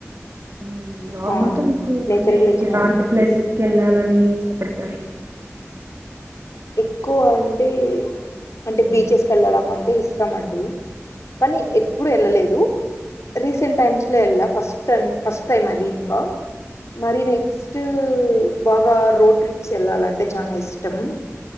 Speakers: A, on the right; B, on the left.
A: మ్ నార్మల్గా
B: ఆ అండి
A: మీకు
B: నేచర్
A: అంటే
B: గురించి
A: ఎలాంటి
B: మాట్లాడు
A: ప్లేసెస్ కేళ్ళాలని ఇష్టపడతారు
B: ఎక్కువ అంటే అంటే బీచెస్క్ కే ల్లడం అంటే ఇష్టం అండి కానీ ఎప్పుడు వెళ్ళలేదు రీసెంట్ టైమ్స్ లో ఎళ్ళ ఫస్ట్ టన్ ఫస్ట్ టైం అది ఇంక మరి నెక్స్ట్ బాగా రోడ్ ట్రిప్స్ వెళ్ళాలంటే చానా ఇష్టం